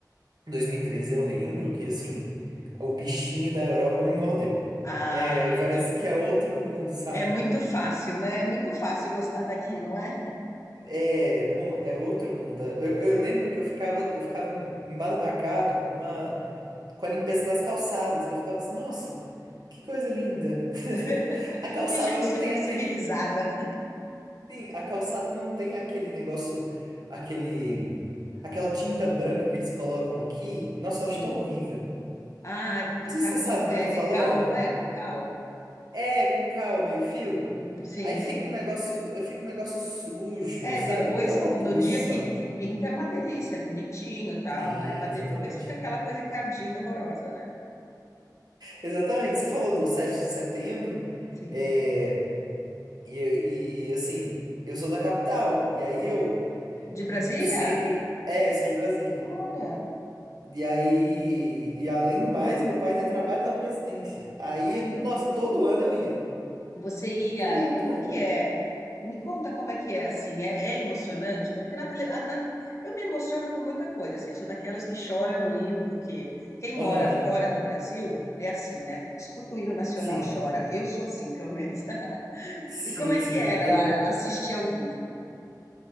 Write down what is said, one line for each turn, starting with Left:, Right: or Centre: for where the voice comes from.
Right: em 2013, eu lembro que assim. O bichinho da Europa me mordeu.
Left: Ah,
Right: É,
Left: é,
Right: parece
Left: dif-
Right: que é outro mundo, sabe?
Left: é muito fácil, né? É muito fácil gostar daqui, não é?
Right: É, não, é outro mundo. Eu,
Left: É.
Right: eu lembro que eu ficava, eu ficava em- embasbacado com a,
Left: Hum,
Right: com a limpeza das calçadas, que eu ficava assim, nossa,
Left: é.
Right: que coisa linda.
Left: <laughs>
Right: <laughs> A calçada
Left: Que gente
Right: não
Left: ci-
Right: tem aquele,
Left: civilizada.
Right: sim, a calçada não tem aquele negócio, aquele, aquela tinta branca que eles colocam aqui. Nossa,
Left: Sim.
Right: eu acho tão horrível.
Left: Ah, pintar
Right: Não sei se você sabe
Left: com.
Right: o que
Left: É,
Right: eu tô falando.
Left: é cal, não é? Com cal?
Right: É, com cal, meio fio.
Left: Uhum. Sim,
Right: Aí fica
Left: sim.
Right: um negócio, fica um negócio sujo,
Left: É,
Right: sabe?
Left: depois,
Right: Dá uma
Left: que- no
Right: poluição.
Left: dia que, que pinta é uma delícia, é bonitinho, tal,
Right: Sim,
Left: né? Mas
Right: exatamente.
Left: depois fica aquela coisa encardida, horrorosa, né?
Right: Exatamente, você falou do 7 de setembro,
Left: Sim.
Right: é, e, e- e, assim, eu sou da capital, e aí eu
Left: De Brasília?
Right: sempre. É, sou de Brasília.
Left: Olha,
Right: E aí, e além do mais, meu pai ainda trabalha na presidência. Aí,
Left: hum,
Right: nossa, todo ano eu ia.
Left: você ia,
Right: Todo
Left: e como é que
Right: ano.
Left: é? Me conta como é que é, assim, é, é emocionante mesmo? Porque na tele, a- na- eu me emociono com muita coisa, assim, eu sou daquelas que chora no hino, porque quem mora
Right: Aham,
Left: fora do Brasil é assim, né? Escuta o hino nacional,
Right: sim,
Left: chora. Eu sou assim, pelo menos. <laughs>
Right: sim,
Left: E como é
Right: sim.
Left: que era
Right: Eu
Left: lá assistir ao vivo?